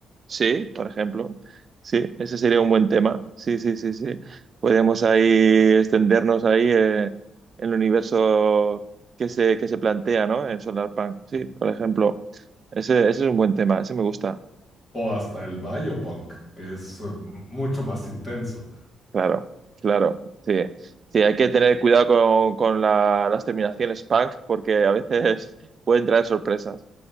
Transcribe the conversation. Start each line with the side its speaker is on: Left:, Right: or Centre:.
Right: Sí, por ejemplo. Sí, ese sería un buen tema. Sí, sí, sí, sí. Podemos ahí extendernos ahí eh, en el universo que se, que se plantea, ¿no? En Solarpunk. Sí, por ejemplo. Ese, ese es un buen tema. Ese me gusta.
Left: o hasta el Biopunk, que es eh, m- mucho más intenso.
Right: Claro, claro. Sí, sí, hay que tener cuidado con, con la- las terminaciones punk porque a veces <laughs> pueden traer sorpresas.